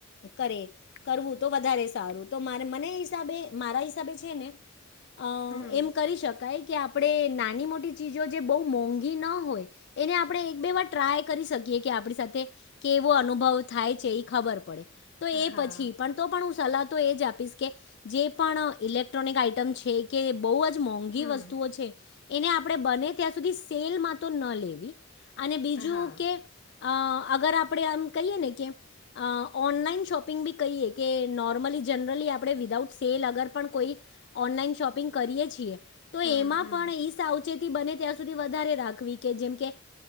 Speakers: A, on the left (about 55°); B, on the left (about 85°).
A: કરે કરવું તો વધારે સારું તો મારે મને હિસાબે મારા હિસાબે છે ને અ
B: હમ
A: એમ કરી શકાય કે આપણે નાની મોટી ચીજો જે બઉ મોંઘીના હોય એને આપણે એક બે વાર ટ્રાય કરી શકીએ કે આપણી સાથે કેવો અ અનુભવ થાય છે એ ખબર પડે તો એ
B: હા
A: પછી પણ તો પણ હું સલાહ તો એ જ આપીશ કે જે પણ ઇલેક્ટ્રોનિક આઈ ટમ છે કે બઉ જ મોંઘી
B: હમ
A: વસ્તુઓ છે એને આપણે બને ત્યાં સુધી સેલમાં તો ન લેવી અને બીજું
B: હા
A: કે અ અગર આપણે આમ કહીએ ને કે ઓનલાઈન અ શોપિંગ બી કહીએ કે નોર્મલી જનરલી આપણે વિધાઉત સેલ અગર પણ કોઈ ઓનલાઈન શોપિંગ કરીએ છીએ તો
B: હમ
A: એમાં
B: હમ
A: પણ ઈ સાવ ચેતી બને ત્યાં સુધી વધારે રાખવી કે જેમ કે